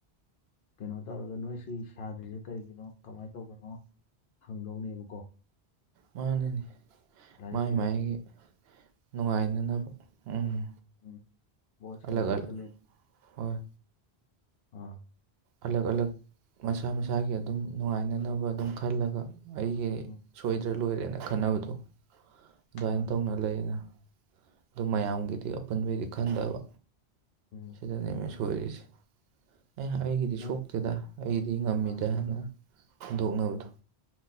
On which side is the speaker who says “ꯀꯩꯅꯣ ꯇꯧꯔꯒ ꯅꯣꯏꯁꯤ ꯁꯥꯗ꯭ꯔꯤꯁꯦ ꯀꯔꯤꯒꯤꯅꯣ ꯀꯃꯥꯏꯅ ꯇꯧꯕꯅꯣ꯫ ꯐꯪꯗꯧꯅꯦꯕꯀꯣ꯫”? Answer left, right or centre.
Left